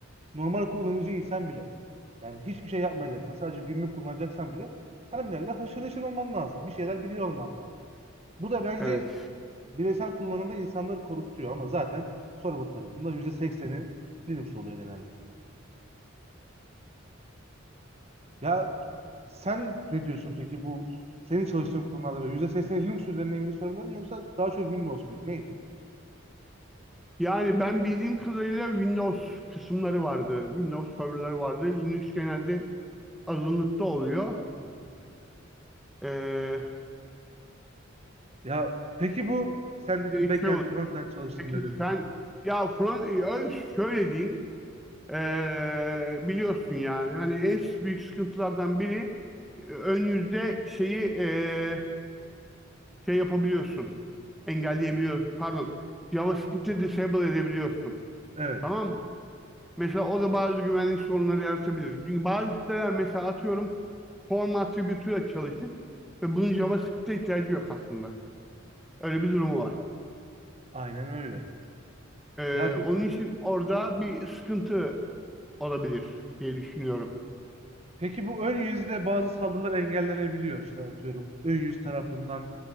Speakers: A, on the right; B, in the centre.
A: Normal kullanıcıysan bile. Yani hiçbir şey yapmayacaksan sadece günlük kullanacaksan bile terminalle haşır neşir olman lazım. Bir şeyler biliyor olman lazım. Bu da bence
B: Evet.
A: Bireysel kullanımda insanları korkutuyor ama zaten server tarafında yüzde sekseni Linux oluyor genelde. Ya sen ne diyorsun peki bu senin çalıştığın kurumlarda böyle %80'i Linux üzerine miydi serverların yoksa daha çok Windows muydu neydi?
B: Yani ben bildiğim kadarıyla Windows kısımları vardı. Windows serverları vardı. Linux genelde azınlıkta oluyor. Ee,
A: Ya peki bu sen dedin
B: e,
A: backend
B: şey oluyor.
A: frontend çalıştım
B: Peki
A: dedin.
B: sen ya Fron, e, şöyle diyeyim. Ee, biliyorsun yani hani en büyük sıkıntılardan biri e, ön yüzde şeyi e, şey yapabiliyorsun. Engelleyebiliyor. Pardon. JavaScript'te disable edebiliyorsun.
A: Evet
B: Tamam mı? Mesela o da bazı güvenlik sorunları yaratabilir. Çünkü bazı siteler mesela atıyorum form attribute'uyla çalışır ve bunun JavaScript'e ihtiyacı yok aslında. Öyle bir durumu var.
A: aynen öyle.
B: Ee,
A: Ya pe-
B: onun için orada bir sıkıntı olabilir diye düşünüyorum.
A: peki bu ön yüzde bazı saldırılar engellenebiliyor işte atıyorum. Ön yüz tarafından